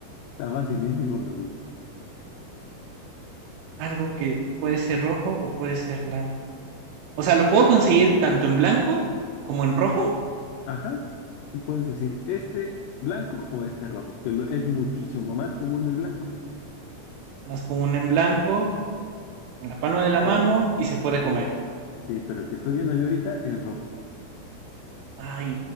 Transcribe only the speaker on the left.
Está facilísimo, David.
Uno, ajá, y puedes decir este blanco o este rojo, que lo- es muchísimo más común el blanco,
pero,
pero,
sí, pero el que estoy viendo yo ahorita es rojo.